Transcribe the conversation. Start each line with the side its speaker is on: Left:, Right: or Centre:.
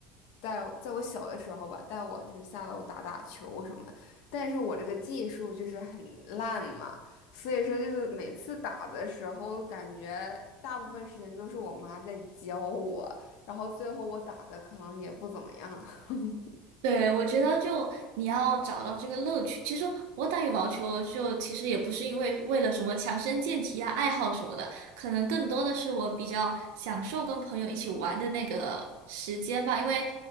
Left: 带在我小的时候吧，带我就是下楼打打球什么的，但是我这个技术就是很烂嘛，所以说就是每次打的时候，感觉大部分时间都是我妈在教我，然后最后我打的可能也不怎么样。<laughs>
Right: 对，我觉得就你要找到这个乐趣。其实我打羽毛球就其实也不是因为为了什么强身健体啊、爱好什么的，可能更多的是我比较享受跟朋友一起玩的那个时间吧。因为